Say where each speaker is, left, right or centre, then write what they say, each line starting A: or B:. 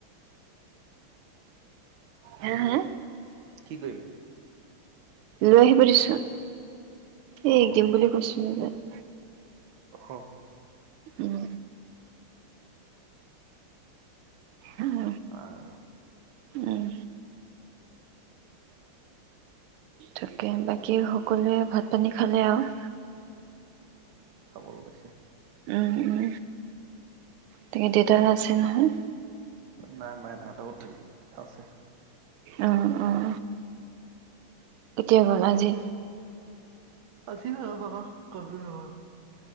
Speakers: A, on the right; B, on the right.
A: হা হা
B: কি কৰিম
A: লৈ আহিব দিছো এ
B: অ
A: এক
B: অ
A: দিম বুলি কৈছো বিনজত <unintelligible>
B: অ
A: উম আহ
B: আৰু
A: উম তাকে বাকী সকলোৱে ভাত পানী খালে আৰু
B: বৈ আছে
A: উম উম তাকে দেউতা আছিল নহয়
B: নাই নাই নাই সিহঁতক আছে
A: উম উম কেতিয়া গল আজি
B: আজি ন পাবা ক <unintelligible>